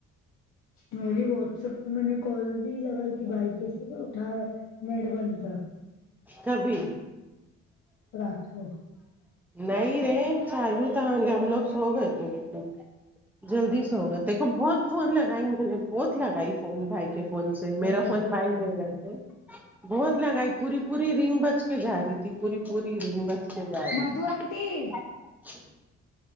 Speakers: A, on the left; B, in the centre.
A: میری واٹسپ پہ میں نے کال بھی لگائی تھی بائیکس بھی اٹھاائے نیڈ بند
B: کبھی
A: رات کو
B: نہیں رے چالو تو ہم گ ہم لوگ سو گئے تھے لیکن <inaudible> جلدی سو گیے دیکھو بہت فون لگائی نے بہت لگائی فون بھائی کے فون سے میرا
A: لگتا
B: فون بھائی
A: چارجنگ
B: لے گئے
A: میں
B: تھے بہت لگائی پوری پوری رنگ بچ کے جا رہی تھی پوری پوری رگس سے جا رہی
A: مدھو
B: تھی
A: انٹی